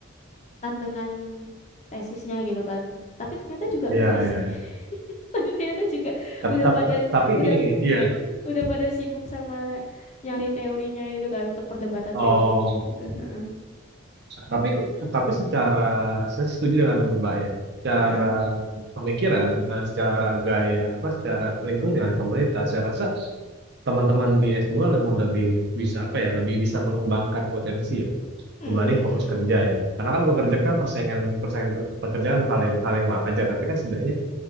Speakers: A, on the left (about 30°); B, on the right (about 50°).
A: dengan tesisnya gitu kan. Tapi ternyata juga
B: iya,
A: enggak
B: iya.
A: sih. <laughs> Tapi ternyata juga
B: Tapi,
A: udah pada
B: tapi
A: udah
B: gini, iya.
A: udah pada sibuk sama nyari teorinya gitu kan untuk perdebatan
B: Oh,
A: teorinya gitu. Heeh.
B: tapi tapi secara saya setuju dengan Mbak ya. Secara
A: Heeh.
B: pemikiran dan secara gaya apa secara lingkungan komunitas, saya rasa teman-teman di s dua memang lebih bisa apa ya, lebih bisa mengembangkan potensi ya
A: Mm,
B: dibanding
A: mm,
B: fokus kerja ya. Karena kan
A: mm,
B: fokus kerja
A: mm.
B: kan persaingan persaingan pekerjaan hal yang hal yang wajar, tapi kan setidaknya